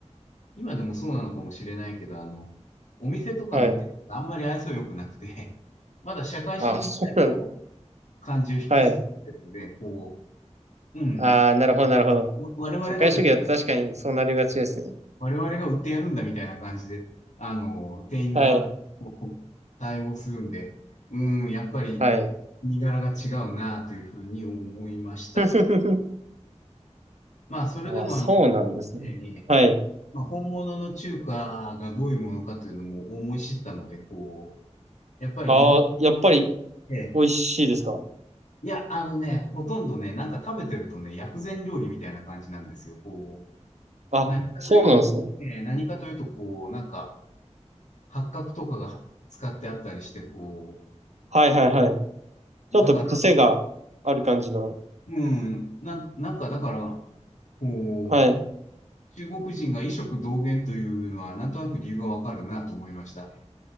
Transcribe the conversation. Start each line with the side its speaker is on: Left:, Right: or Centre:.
Left: 今でもそうなのかもしれないけど、あの、お店とかの店があんまり愛想良くなくて、
Right: はい。
Left: まだ社会主義時代の
Right: あ、そうなん、
Left: 感じを引きずってるんで、
Right: はい。
Left: こう、うん。
Right: ああ、なるほど、なるほど。
Left: わ我々が、
Right: 社会主義は確かにそうなりがちですね。
Left: 我々が売ってやるんだみたいな感じで、あの、店員がこう対応するんで、
Right: はい、
Left: うーん、やっぱり
Right: はい。
Left: 身柄が違うなというふうに思いましたね。
Right: <laughs>
Left: まあ、それでもあの、
Right: ああ、そうなんですね。
Left: ええね、
Right: はい。
Left: まあ、本物の中華がどういうものかというのも思い知ったので、こう、やっぱり日本
Right: ああ、やっぱり
Left: で、
Right: 美味しいですか
Left: いや、あのね、ほとんどね、なんか食べてるとね、薬膳料理みたいな感じなんですよ。こう、
Right: あ、
Left: 何かというと、
Right: そうなんですね。
Left: ええ何かというと、こう、なんか、八角とかが使ってあったりして、こ
Right: はいはいはい。ちょっと癖がある感じの。
Left: う、だから、うん、なん、なんかだから、こう、
Right: はい。
Left: 中国人が異色同源というのは、なんとなく理由がわかるなと思いました。